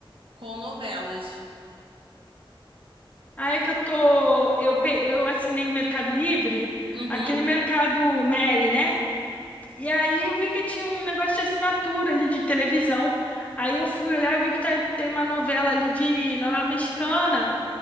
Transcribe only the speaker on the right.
com novelas.
Uhum.